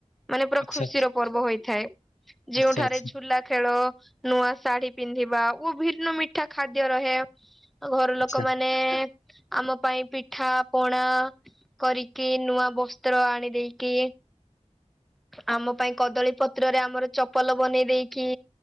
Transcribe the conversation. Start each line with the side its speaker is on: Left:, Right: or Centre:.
Centre: ମାନେ ପୁରା
Left: ଆଚ୍ଛା
Centre: ଖୁସିର ପର୍ବ ହୋଇଥାଏ ଯୋଉଁଠାରେ
Left: ଆଚ୍ଛା
Centre: ଝୁଲା ଖେଳ ନୂଆ ଶାଢୀ ପିନ୍ଧିବା ଓ ଭିନ୍ନ ମିଠା ଖାଦ୍ୟ ରହେ ଘର
Left: ଆଚ୍ଛା
Centre: ଲୋକମାନେ
Left: ଆଚ୍ଛା ଆଚ୍ଛା
Centre: ମାନେ ଆମ ପାଇଁ ପିଠା ପଣା କରିକି ନୂଆ ବସ୍ତ୍ର ଆଣି ଦେଇକି ଆମ ପାଇଁ କଦଳୀ ପତ୍ରରେ ଆମର ଚପଲ ବନେଇ ଦେଇକି